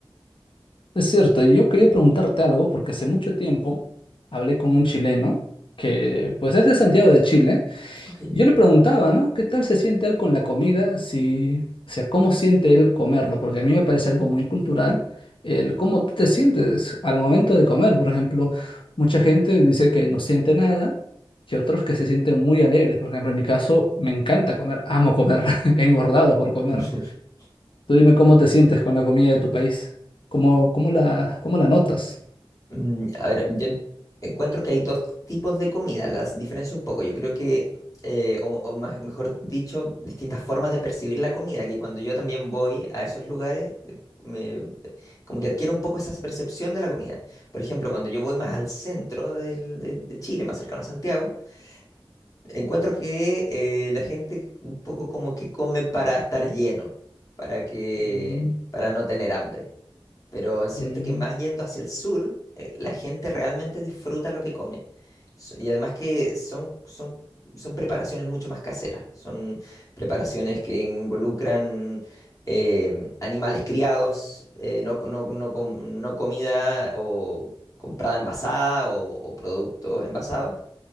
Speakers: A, on the left; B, on the left.
A: Es cierto, y yo quería preguntarte algo porque hace mucho tiempo hablé con un chileno que pues es de Santiago de Chile
B: Ok.
A: Y Yo le preguntaba, ¿no? ¿Qué tal se siente él con la comida? Si, o sea, ¿cómo siente él comerlo? Porque a mí me parece algo muy cultural el cómo tú te sientes al momento de comer. Por ejemplo, mucha gente dice que no siente nada y otros que se sienten muy alegres. Por ejemplo, en mi caso, me encanta comer, amo comer, <laughs> he engordado por comer.
B: <laughs>
A: Tú dime cómo te sientes con la comida de tu país. ¿Cómo, cómo la, cómo la notas?
B: Mm, A ver, yo en- encuentro que hay dos tipos de comida, las diferencio un poco. Yo creo que, eh, o, o más- mejor dicho, distintas formas de percibir la comida, que cuando yo también voy a esos lugares, eh, me, como que adquiero un poco esa percepción de la comida. Por ejemplo, cuando yo voy más al centro del- de, de Chile, más cercano a Santiago, encuentro que eh, la gente un poco como que come para estar lleno, para que,
A: Mm,
B: para no tener hambre pero siento
A: mm,
B: que más yendo hacia el sur, eh, la gente realmente disfruta lo que come. So- Y además que son, son, son preparaciones mucho más caseras, son preparaciones que involucran eh, animales criados, eh, no, co- no, no com- no comida o comprada envasada o, o productos envasados